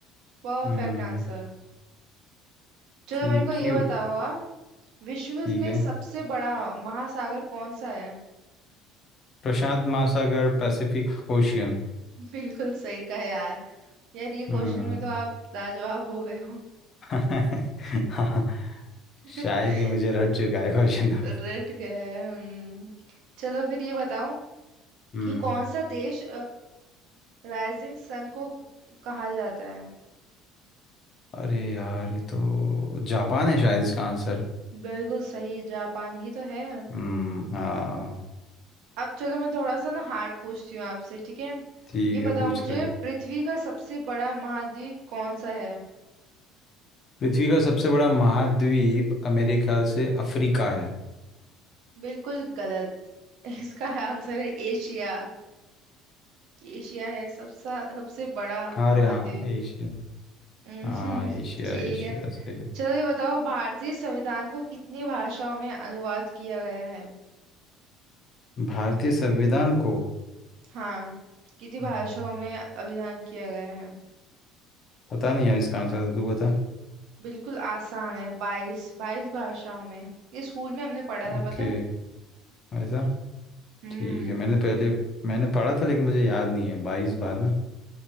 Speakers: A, on the right; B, on the left.
A: परफेक्ट
B: हम्म
A: आंसर चलो
B: Thank
A: मेरे को ये
B: you
A: बताओ आप विश्व
B: ठीक
A: में
B: है
A: सबसे बड़ा महासागर कौन सा है
B: प्रशांत महासागर Pacific Ocean
A: <laughs> बिल्कुल सही कहा यार यार ये क्वेश्चन
B: हम्म
A: में तो आप लाजवाब हो गए हो
B: <laughs> हाँ,
A: <laughs>
B: शायद ये मुझे रट चुका है क्वेश्चन अब
A: रट गए हम्म। चलो फिर ये बताओ
B: हम्म
A: कि कौन सा देश राइजिंग सन को कहा जाता है
B: अरे यार ये तो जापान है शायद इसका आंसर
A: बिल्कुल सही जापान ही तो है
B: हम्म हाँ
A: अब चलो मैं थोड़ा सा ना हार्ड पूछती हूँ आपसे ठीक है
B: ठीक
A: ये
B: है
A: बताओ
B: पूछ
A: मुझे
B: ले
A: पृथ्वी का सबसे बड़ा महाद्वीप कौन सा है
B: पृथ्वी का सबसे बड़ा महाद्वीप अमेरिका से अफ्रीका है
A: बिल्कुल गलत <laughs> इसका आंसर है एशिया एशिया है सबसे सबसे बड़ा
B: अरे
A: महाद्वीप
B: हाँ एशिया
A: हम्म,
B: हाँ एशिया
A: <laughs> ठीक
B: एशिया
A: है
B: सही है
A: चलो ये बताओ भारतीय संविधान को कितनी भाषाओं में अनुवाद किया गया है
B: भारतीय संविधान को
A: हाँ कितनी भाषाओं
B: हम्म,
A: में अनुवाद किया गया है
B: पता नहीं यार इसका आंसर तो तू बता
A: बिल्कुल आसान है बाईस बाईस भाषाओं में ये स्कूल में हमने पढ़ा था
B: ओके
A: पता है
B: ऐसा
A: हम्म
B: ठीक है मैंने पहले मैंने पढ़ा था लेकिन मुझे याद नहीं है बाईस बार ना